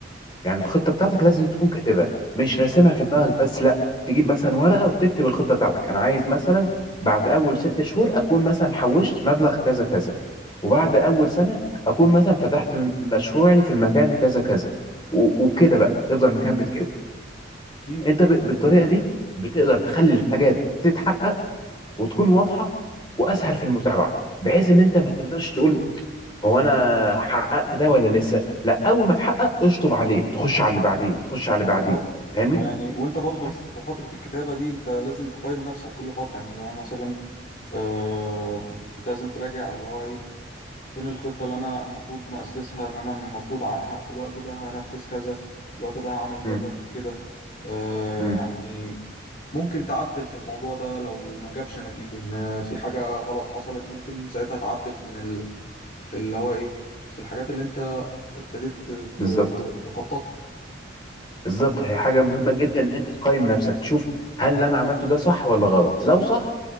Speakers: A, on the left; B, on the left.
A: يعني الخطة بتاعتك لازم تكون كاتبها مش راسمها في دماغك بس لا تجيب مثلا ورقة وتكتب الخطة بتاعتك أنا عايز مثلا بعد أول ست شهور أكون مثلا حوشت مبلغ كذا كذا وبعد أول سنة أكون مثلا فتحت م- مشروعي في المكان كذا كذا و- وكده بقى تفضل مكمل كده
B: اكيد
A: أنت ب- بالطريقة دي بتقدر تخلي الحاجات تتحقق وتكون واضحة وأسهل في المتابعة بحيث إن أنت ما تفضلش تقول هو انا حققت ده ولا لسه لا اول ما تحقق اشطب عليه تخش على اللي بعديه تخش على
B: بالظبط
A: اللي بعديه فاهمني
B: ويعني وانت برضو
A: بس
B: في فتره الكتابه دي انت لازم تقيم نفسك كل فتره يعني اللي هو مثلا آه انت لازم تراجع اللي هو ايه فين الخطه اللي انا المفروض مؤسسها ان انا المفروض ع- في الوقت ده هنفذ كذا في الوقت ده هعمل كذا
A: امم
B: كده آه
A: امم
B: يعني ممكن تعدل في الموضوع ده لو ما جابش نتيجة إن في حاجة غلط حصلت ممكن ساعتها تعدل في في اللي هو ايه في الحاجات اللي انت ابتديت ت-
A: بالظبط
B: تخططها
A: بالظبط هي حاجه مهمه جدا ان انت تقيم نفسك تشوف هل اللي انا عملته ده صح ولا غلط لو صح